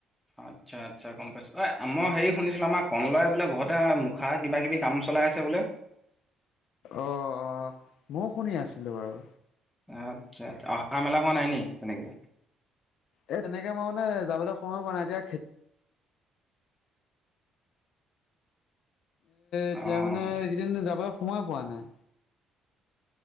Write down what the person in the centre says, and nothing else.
আচ্ছা আচ্ছা গম পাইছো এ মই হেৰি শুনিছিলো আমাৰ কনলাই বোলে ঘৰতে মুখা কিবা কিবি কাম চলাই আছে বোলে
আচ্ছা অহা মেলা হোৱা নাই নি তেনেকে
অঁ